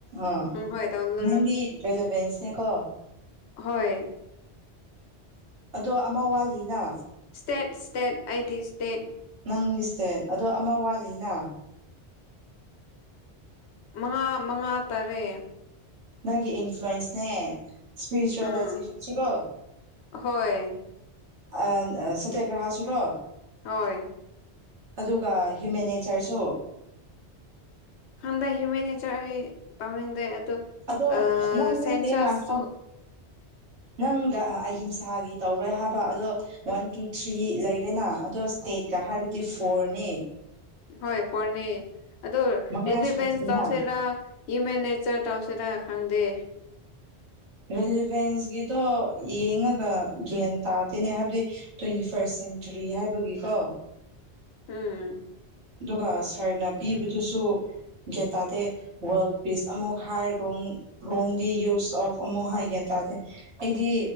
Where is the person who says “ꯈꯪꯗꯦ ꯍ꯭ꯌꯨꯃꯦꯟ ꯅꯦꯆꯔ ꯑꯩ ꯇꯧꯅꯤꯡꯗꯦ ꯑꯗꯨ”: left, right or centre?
Left